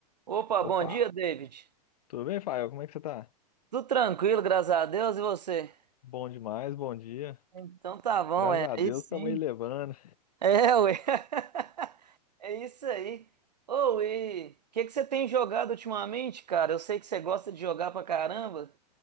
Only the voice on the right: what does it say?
Opa,
bom dia, David.
Tudo tranquilo, graças a Deus, e você?
Então tá bom,
é.
Aí
sim.
É, ué. <laughs> É isso aí. Ô, e o que que você tem jogado ultimamente, cara? Eu sei que você gosta de jogar pra caramba.